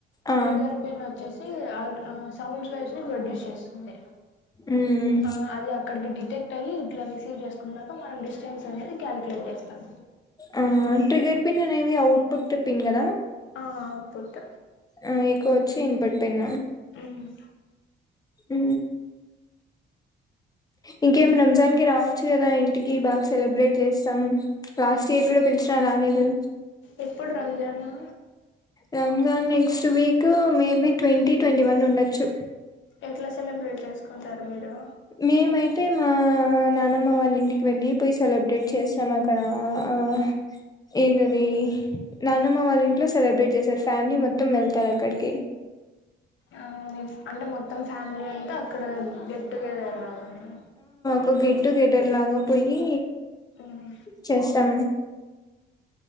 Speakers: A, on the left; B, on the left.
A: ఆ
B: ట్రిగ్గర్ పిన్ వచ్చేసి ఉ అ అ సౌండ్స్ వేవ్స్ ని ప్రొడ్యూస్ చేస్తుంది
A: ఉమ్
B: ఆ అది అక్కడికి డిటెక్ట్ అయ్యి ఇట్ల తీస్ తివ్ చేసుకున్నాక మనం డిస్టెన్స్ అనేది మనం క్యాలిక్యులేట్ చేస్తాం
A: ఆ ట్రిగ్గర్ పిన్ అనేవి అవుట్ పుట్ పిన్ కదా
B: ఆ అవుట్పుట్
A: ఆ ఎక్కువ వచ్చి ఇన్ పుట్ పిన్
B: మ్మ్
A: ఊ ఇంకేం రంజాన్ కి రావచ్చు కదా ఇన్ టికి బాగా సెలబ్రేట్ చేస్తాం లాస్ట్ ఇయర్ గుడా పిల్చ్నా రాలేదు
B: అ ఎప్పుడు రంజానా
A: Ramzan next week maybe twenty twenty one ఉండచ్చు
B: ఎట్ల సెలబ్రేట్ చేసుకుంటారు మీరు
A: మేమైతే మా నానమ్మ వాళ్ళ ఇంటికి వెళ్ళి పోయి సెలబ్రేట్ చేసాం అక్కడ ఆ ఏంటది నానమ్మ వాళ్ళ ఇంట్లో సెలబ్రేట్ జేశారు ఫ్యామిలీ మొత్తం వెళ్తార్ అక్కడి
B: ఆ మీ అంటే మొత్తం ఫ్యామిలీ అంతా అక్కడ గెట్ టుగెదర్ ఒర్ లావానా
A: ఒగ్ గెట్ టుగెదర్ లాగా పోయి
B: మ్మ్
A: చేస్తాం